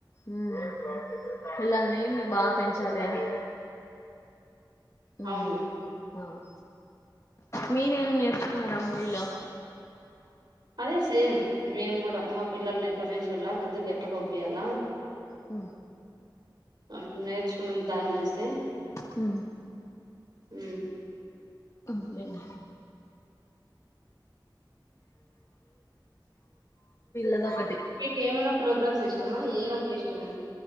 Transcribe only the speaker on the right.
అవును
అదే సేమ్ మేము కూడా మా పిల్లల్ని ఎట్లా పెంచాల ముందుకు ఎట్లా పంపయాల
అట్ నేర్చుకున్న దాన్ని చూసి
అ
మీకు ఏమన్నా ప్రోగ్రామ్స్ ఇష్టమా ఏమంటే ఇష్టమా